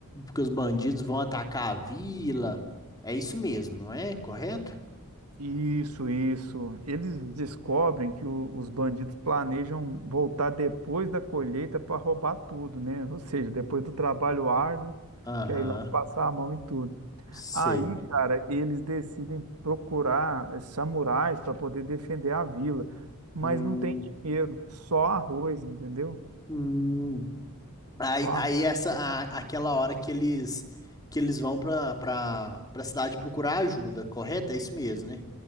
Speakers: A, on the left; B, on the right.
A: Porque os bandidos vão atacar a vila. É isso mesmo, não é? Correto?
B: Isso, isso. Eles descobrem que o- os bandidos planejam voltar depois da colheita para roubar tudo, né? Ou seja, depois do trabalho árduo,
A: Aham,
B: quer ir lá e passar a mão em tudo.
A: você
B: Aí,
A: vê.
B: cara, eles decidem procurar eh, samurais para poder defender a vila, mas
A: Hum,
B: não tem dinheiro, só arroz, entendeu?
A: hum. Aí,
B: Só arroz.
A: aí essa, a- aquela hora que eles, que eles vão pra, pra, pra cidade procurar ajuda, correto? É isso mesmo, né?